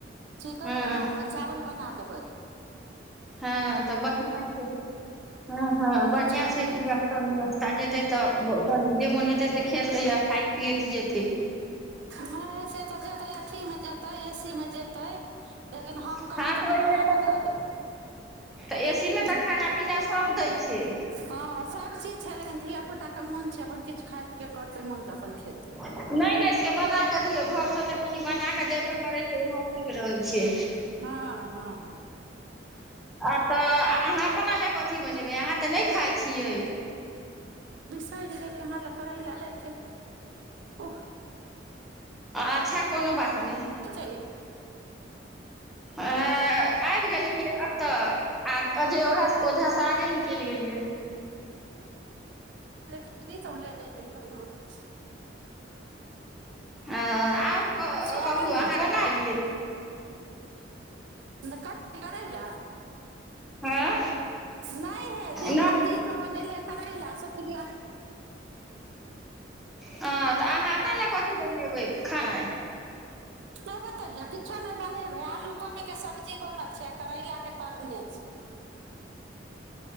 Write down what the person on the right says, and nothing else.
चिकन
बना देबै चावल बना देबै कबइ
आंटी
चल
गए
नहि से तऽ अथीमे जेतै एसी मे जेतै लेकिन हम
कनि
कनि
बन
कऽ दऽ देबै
ज
हँ सभचीज छलै ह धियापुताके मोन छै अपन किछु खा क करतै मोन तऽ अपन खेतै
हँ हँ
स हमल कर ल त ओख
छै
कदी तौले नहि चतौ रह फीज <unintelligible>
अच छोटी
कथी करै ल
नहि हे दिन
दिनमे बनेलिय करै लए सुिया
नहि बतैय किछ नहि बने आलू कोबीके सब्जी बनल छै करैलाके तरने छियै